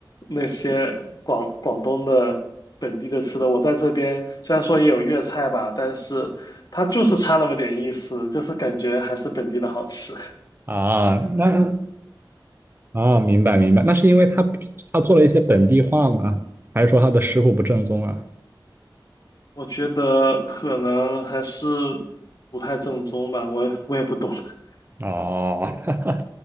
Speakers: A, on the left; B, on the right.
A: 那些广广东的本地的吃的。我在这边虽然说也有粤菜吧，但是它就是差那么点意思，就是感觉还是本地的好吃。
B: 啊。那啊，明白明白，那是因为他他做了一些本地化吗？还是说他的师傅不正宗啊？
A: 我觉得可能还是不太正宗吧，我我也不懂。<laughs>
B: 哦，<laughs>